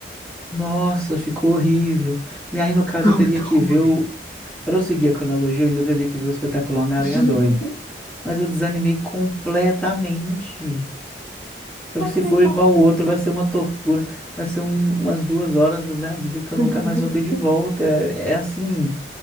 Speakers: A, in the centre; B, on the left.
A: Nossa, ficou horrível. E aí,
B: <laughs>
A: no caso,
B: ficou
A: eu teria
B: muito
A: que
B: ruim.
A: ver o. Para eu seguir a cronologia, eu ainda teria que ver o espetáculo Homem-Aranha
B: <laughs>
A: 2. Mas eu desanimei completamente. Se for
B: Ai, como
A: igual o outro,
B: é?
A: vai ser uma tortura. Vai ser um- umas duas horas da minha vida que eu nunca
B: <laughs>
A: mais vou ter de volta. É, é assim,